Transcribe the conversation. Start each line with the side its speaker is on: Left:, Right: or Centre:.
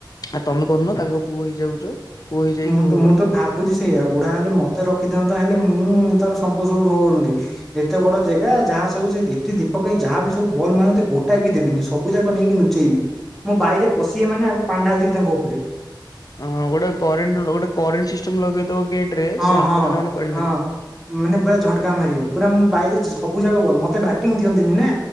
Left: ଆଉ ତମେ କରୁନ ତାଙ୍କ ପୁଅ ହେଇଯାଉଛ ପୁଅ ହେଇଯାଇକି
Centre: ମୁଁ
Left: ଭୋଗ
Centre: ତ ମୁଁ
Left: କର।
Centre: ତ ଭାବୁଛି ସେଇଆ ବୁଢା ହେଲେ ମତେ ରଖିଥାିଅନ୍ତୁଗ। ହେଲେ ମୁଁ ତାର ସମ୍ପର୍ଦ ସବୁ ଭୋଗ କରନ୍ତି ଏତେ ବଡ ଜାଗା ଯାହା ଦି ଦୀପକ ଯାହା ବି ସବୁ ବଲ ମେ ଗୋଟା ବି ଦେବିନି ସବୁ ଯାକ ନେଇକି ନୁଚେଇବି ମୁୋ ବାଇରେ ପଶି ମାନେ ଆଗ ପାଣି ଢାଦବି ତାଙ୍କ ଉପରେ
Left: ହଁ ଗୋଟେ କ ଗୋଟେ କାରେଣ୍ଟ ସିଷ୍ଟମ ଲଗେଇଦବ
Centre: ହଁ
Left: ସେ ହାତ
Centre: ହଁ
Left: ମା ମାନେ କରି
Centre: ହଁ।
Left: ନାରିବ
Centre: ମାନେ ପୁରା ଝଟକା ମାରିବ ପୁରା ବାାଇରେ ସବୁ ଯା ବେ େ ବଂ ଦିଅନ୍ତିନି ନା